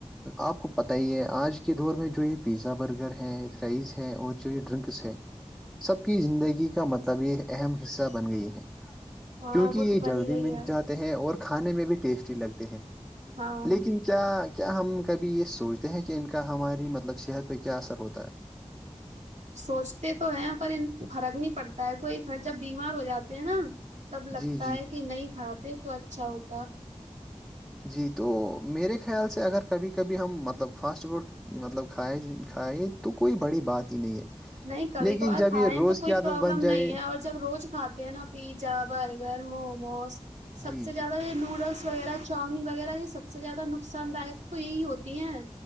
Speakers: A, in the centre; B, on the right.
A: آپ کو پت ہی ہے آج کے دور میں جو یہ پیزا برگر ہے فرائز ہے ہیں اور جو ڈرنکس ہے سب کی زندگی کا مطلب یہ اہم حصہ بن گئی ہیں
B: ہاں
A: کیونکہ
B: وہ
A: یہ
B: تو بنی
A: جلدی
B: گئی
A: مل
B: ہے
A: جاتتا ہیں اور کھانے میں بھی ٹیسٹی لگتے ہیں
B: ہاں
A: لیکن کیا کیا ہم کبھی یہ سوچتے ہیں کہ ان کا ہماری مطلب صحت پہ کیا اثر ہوتا ہے
B: سوچتے تو ہیں پر فرق نہیں پڑتا ہے توھر
A: ہے
B: جب بیمار ہو جاتے ہیں نا تب لگتا
A: جی جی
B: ہے کہ نہیں کھاتے تو اچھا ہوتا
A: جی تو میرے خیال سے اگر کبھی کبھی ہم مطلب فاسٹ فوڈ مطلب کھائے کھائے تو کوئی بڑی بات ہی نہیں ہے
B: نہیں کبھی
A: لیکن
B: کبھار
A: جب
B: کھائےیں
A: یہ روز
B: تو کوئی
A: کی عادت
B: پروابلم
A: بن
B: نہیں
A: جائے
B: ہے اور جب روز کھاتے ہیں نا پی پا برگر موموز سب
A: جی
B: سے زیادہ
A: جی
B: یہ نوڈلس وغیرہ <inaudible> شامی وغیرہ یہ سب سے زیادہ نقصان داک تو یہی ہوتی ہیں